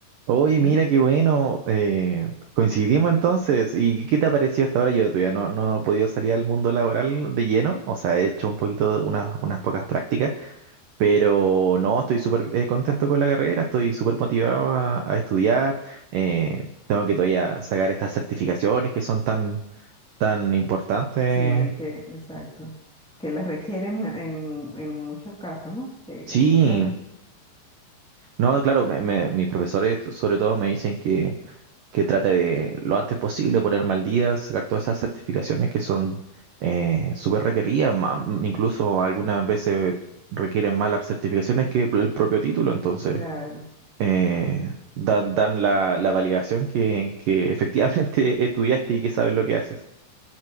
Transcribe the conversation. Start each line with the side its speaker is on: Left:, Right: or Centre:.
Right: Oye, mira
Centre: Ujú.
Right: qué bueno, eh, coincidimos entonces. ¿Y qué te ha parecido hasta ahora? Yo todavía no, no he podido salir al mundo laboral de lleno, o sea, he hecho un poquito, de unas, unas pocas prácticas, pero no, estoy súper eh, contento con la carrera, estoy súper motivado a, a estudiar, eh, tengo que todavía sacar estas certificaciones que son tan, tan importantes.
Centre: Sí, que, exacto. Que las requieren en, en muchos casos, ¿no? Que
Right: Sí,
Centre: en muchas...
Right: no, claro, me- me- mis profesores sobre todo me dicen que que trate de lo antes posible ponerme al día, sacar todas esas certificaciones que son eh, súper requeridas, ma- m- incluso algunas veces requieren más las certificaciones que el propio título, entonces
Centre: Claro.
Right: eh, dan, dan la, la validación que, que efectivamente <laughs> estudiaste y que sabes lo que haces.